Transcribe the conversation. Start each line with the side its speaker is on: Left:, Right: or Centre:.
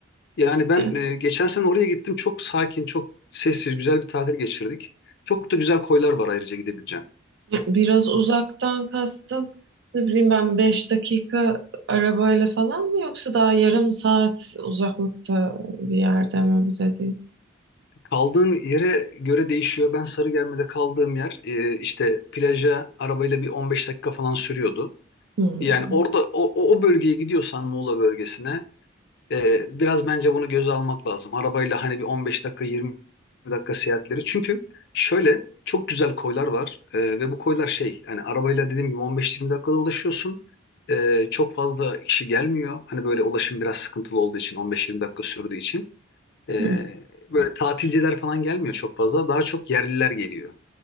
Left: Yani ben
Right: Yani
Left: e, geçen sene oraya gittim. Çok sakin, çok sessiz, güzel bir tatil geçirdik. Çok da güzel koylar var ayrıca gidebileceğin.
Right: Ya, Biraz uzaktan kastın ne bileyim ben 5 dakika arabayla falan mı yoksa daha yarım saat uzaklıkta bir yerde mi bu dediğin?
Left: Kaldığın yere göre değişiyor. Ben Sarıgerme'de kaldığım yer e, işte plaja arabayla bir 15 dakika falan sürüyordu.
Right: Hmm.
Left: Yani orada o, o, o bölgeye gidiyorsan Muğla bölgesine e, biraz bence bunu göze almak lazım. Arabayla hani bir 15 dakika 20 dakika seyahatleri. Çünkü şöyle çok güzel koylar var E, ve bu koylar şey hani arabayla dediğim gibi 15-20 dakikada ulaşıyorsun. E, çok fazla kişi gelmiyor. Hani böyle ulaşım biraz sıkıntılı olduğu için 15-20 dakika sürdüğü için. Ee,
Right: Hmm.
Left: böyle tatilciler falan gelmiyor çok fazla. Daha çok yerliler geliyor.